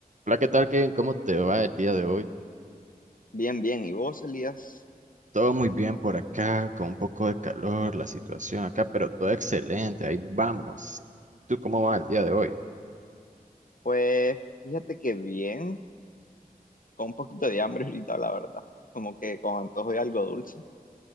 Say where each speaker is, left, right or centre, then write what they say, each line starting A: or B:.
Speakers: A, on the right; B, on the left.
A: Hola, ¿qué tal, Kevin? ¿Cómo te va el día de hoy?
B: Bien, bien. ¿Y vos, Elías?
A: Todo muy bien por acá, con un poco de calor, la situación acá, pero todo excelente, ahí vamos. ¿Tú cómo va el día de hoy?
B: Pues fíjate que bien, con un poquito de hambre <laughs> ahorita, la verdad. Como que con antojo de algo dulce.